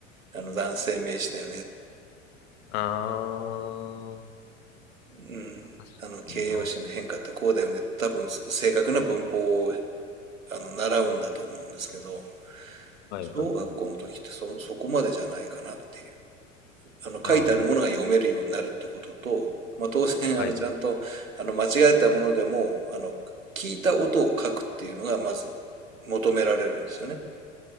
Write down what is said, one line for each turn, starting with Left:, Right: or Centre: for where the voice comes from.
Right: あの男性名詞だよね。
Left: あー、
Right: うん。
Left: 確かにな。
Right: あの形容詞の変化ってこうだよね。多分正確な文法をあの習うんだと思うんですけど、
Left: はいはいはい。
Right: 小学校の時ってそ、そこまでじゃないかなっていう。あの書いてあるものが読めるようになるってことと、
Left: あー、
Right: まあ、当然あのちゃんとあの間違えたものでもあの聞いた音を書くっていうのがまず
Left: はい。
Right: 求められるんですよね。